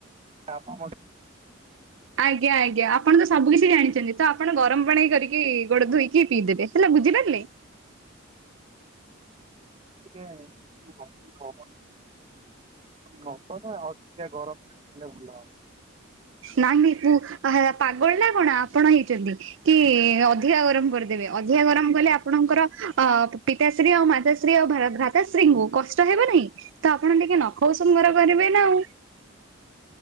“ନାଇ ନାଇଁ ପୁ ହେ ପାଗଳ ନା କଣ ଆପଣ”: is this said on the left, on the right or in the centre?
Right